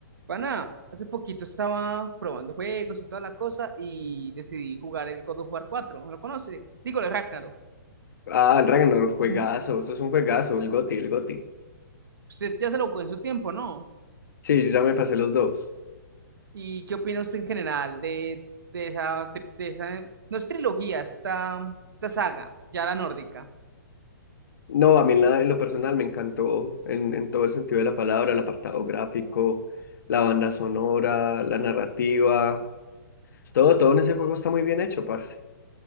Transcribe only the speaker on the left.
Ah, el Ragnarok, juegazo,
eso es un juegazo, el GOTY, el GOTY.
Sí, yo ya me pasé los dos.
No, a mí en, la- en lo personal me encantó, en, en todo el sentido de la palabra, el apartado gráfico, la banda sonora, la narrativa, todo, todo en ese juego está muy bien hecho, parce.